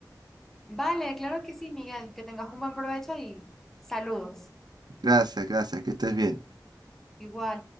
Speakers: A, in the centre; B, on the right.
A: Vale, claro que sí, Miguel, que tengas un buen provecho y saludos.
B: Gracias, gracias, que estés bien.
A: Igual.